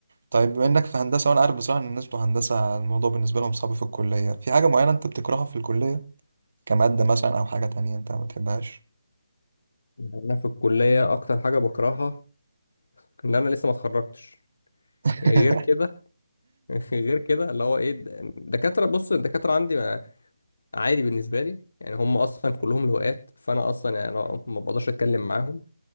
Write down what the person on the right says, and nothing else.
طيب بما انك في هندسة وانا عارف بصراحة ان الناس بتوع هندسة الموضوع بالنسبة لهم صعب في الكلية في حاجة معينة انت بتكرهها في الكلية كمادة مثلا او حاجة تانية انت ما بتحبهاش
<laughs>